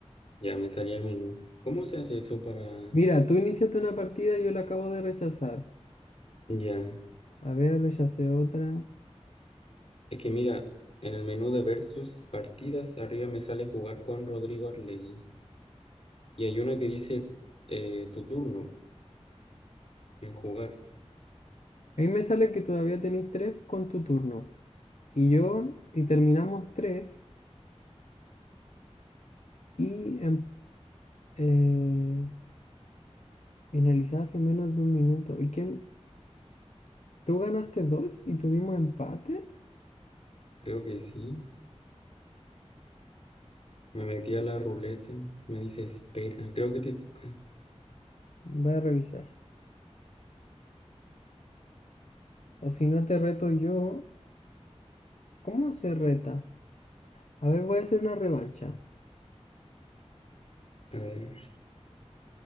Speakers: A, on the left (about 60°); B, on the left (about 75°).
A: ya me salía el menú. ¿Cómo se hace eso para...?
B: Mira, tú iniciaste una partida y yo la acabo de rechazar.
A: Ya.
B: A ver, rechacé otra.
A: Es que mira, en el menú de versus partidas, arriba me sale jugar con Rodrigo Arlegui. Y hay una que dice eh, tu turno en jugar.
B: Ahí me sale que todavía tenéis tres con tu turno. Y yo, y terminamos tres. Y em- eh, finalizé hace menos de un minuto. ¿Y quién? Tú ganaste dos y tuvimos empate.
A: Creo que sí. Me metí a la ruleta, me dice, espera, creo que te toca.
B: Voy a revisar. O si no te reto yo, ¿cómo se reta? A ver, voy a hacer una revancha.
A: A ver,